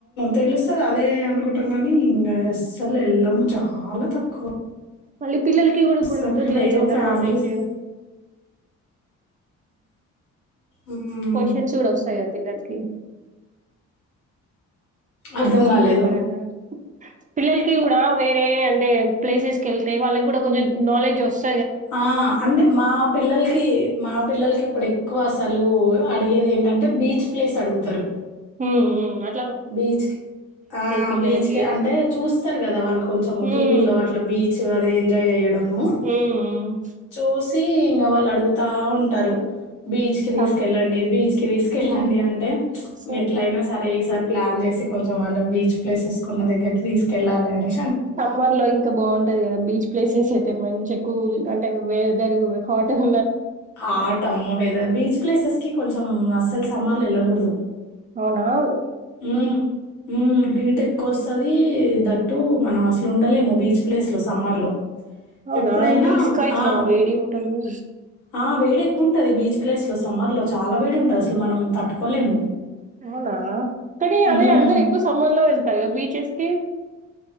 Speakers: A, on the left; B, on the right.
A: తెలుస్తుంది అదే అనుకుంటాం కానీ ఇంకా ఎస్సల్ వెళ్ళము చాలా తక్కువ
B: మళ్ళీ పిల్లలకి కూడా ఇప్పుడు
A: అస్సలు.
B: ఉంటుంది
A: అన్న ఏదో
B: జనరల్
A: ఫ్యామిలీస్
B: నాలెడ్జ్
A: హ్మ్.
B: క్వశ్చన్స్ కూడా వస్తాయాయా పిల్లలకి
A: అర్థం
B: జీక
A: గాలేదు.
B: పంగా పిల్లలకి కూడా వేరే అంటే ప్లేసెస్కి వెళ్తే వాళ్ళకి కూడా కొంచెం నాలెడ్జ్ వస్తుంది
A: ఆ అంటే మా పిల్లలకి మా పిల్లలకి ఇప్పుడు ఎక్కువ వ అసలు అడిగేది ఏంటంటే బీచ్ ప్లేస్ అడుగుతారు
B: హ అ
A: బీచ్ క ఆ
B: పిల్లలకి.
A: బీచ్ క అంటే చూస్తారు కదా వాళ్ళు కొంచెం
B: హ్మ్.
A: టీవీలో అట్లా బీ బీచ్ అది ఎంజాయ్ చేయడము
B: హ్మ్. హ్మ్.
A: చూసి ఇంకా వాళ్ళు అడుగుతా ఉంటారు బీచ్ కి
B: సమ్
A: తీసుకెళ్ళండి బీచ్ కి తీసుకెళ్ళండి అంటే ఇంక
B: సమ్
A: ఎట్ల అయినా సరే ఈసారి ప్లాన్ చేసి కొంచెం వాళ్ళ బీచ్ ప్లేసెస్కున్న దగ్గరికి తీసుకెళ్ళాలె అని
B: సమ్మర్లో ఇంక బాగుంటది కదా బీచ్ ప్లేసెస్ అయితే మంచిగ ఎక్కువ అంటే వే జరిగిబోయ్ హోటర్
A: హాటమ్మో వెదర్ బీచ్ ప్లేసెస్ కి కొంచం అస్సలు సమ్మర్లో వెళ్ళకూడదు
B: అవున
A: ఉమ్ మ్ హీట్ ఎక్కువ వస్తాది దట్టు
B: అవునా?
A: మనం అసలు ఉండలేము బీచ్ ప్లేస్లో సమ్మర్లో
B: అవునా?
A: ఎప్పుడైనా
B: అంటే ఇసుక ఇట్లా
A: ఆ
B: వేడిగుంటుందా?
A: ఆ వేడె క్కుంటది బీచ్ ప్లేస్ లో సమ్మర్ లో చాలా వేడి ఉంటుంది అసలు మనం తట్టుకోలేము
B: అవునా కానీ
A: హ్మ్.
B: అదే అందరు ఎక్కువ సమ్మర్ లో వెళ్తార్ కదా బీచెస్ కి